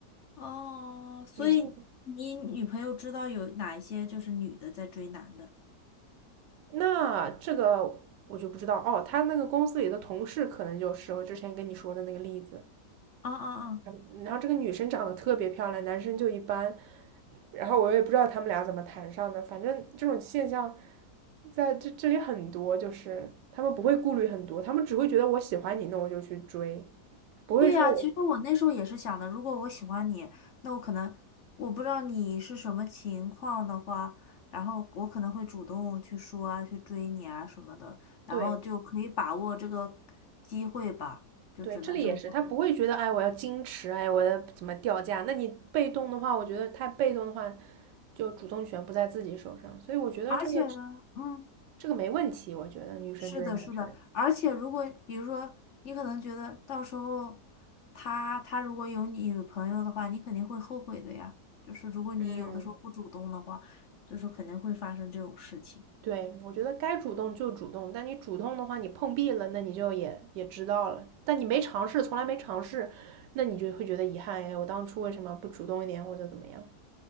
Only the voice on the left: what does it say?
哦，所以你女朋友知道有哪一些就是女的在追男的？
啊啊啊！
对呀，其实我那时候也是想的，如果我喜欢你，那我可能我不知道你是什么情况的话，然后我可能会主动去说啊，去追你啊什么的，然后就可以把握这个机会吧，
就只能这么说。
而且呢，嗯，
是的，是的，而且如果比如说你可能觉得到时候他他如果有女朋友的话，你肯定会后悔的呀。就是如果你有的时候不主动的话，
就是肯定会发生这种事情。